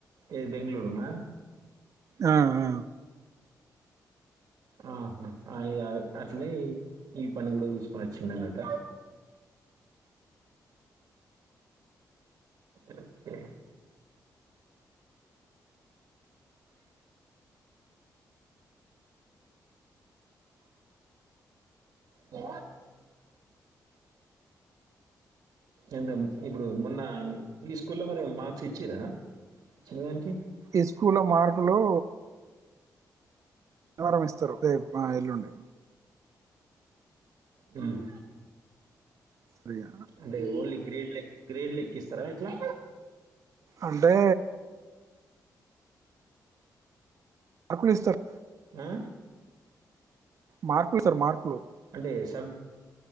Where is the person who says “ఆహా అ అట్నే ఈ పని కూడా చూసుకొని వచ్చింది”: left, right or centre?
Right